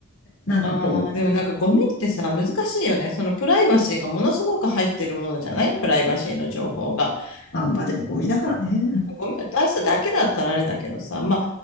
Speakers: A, on the left; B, on the left.
A: なんかこ
B: ああ、でもなんかゴミってさ、難しいよね。そのプライバシーがものすごく入ってるものじゃないプライバシーの情報が。
A: う、まあ、まあでもゴミだからね。
B: で、ゴミを出すだけだったらあれだけどさ、まあ、